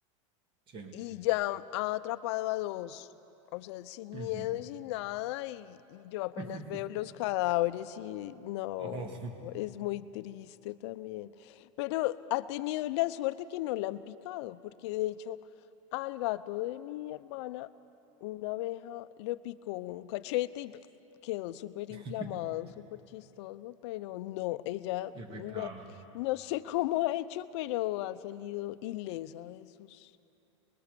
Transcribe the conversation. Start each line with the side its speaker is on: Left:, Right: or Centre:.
Right: Sí.
Left: y ya ha atrapado a dos, o sea, sin
Right: Ujú.
Left: miedo y sin nada, y, y yo apenas
Right: <laughs>
Left: veo los cadáveres y no,
Right: Oh,
Left: es muy triste también. Pero ha tenido la suerte que no la han picado, porque de hecho al gato de mi hermana una abeja le picó un cachete y ¡puf! quedó súper
Right: <laughs>
Left: inflamado, súper chistoso, pero no, ella
Right: qué pecado.
Left: no, no sé <laughs> cómo ha hecho, pero ha salido ilesa de sus